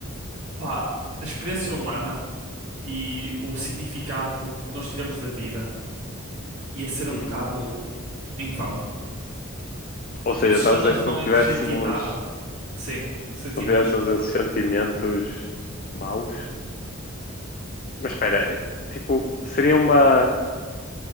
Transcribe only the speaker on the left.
uhum.
Ou seja,
estás
a dizer
que se
não tivéssemos,
se não tivéssemos
esses sentimentos maus? Mas espera, tipo, seria uma,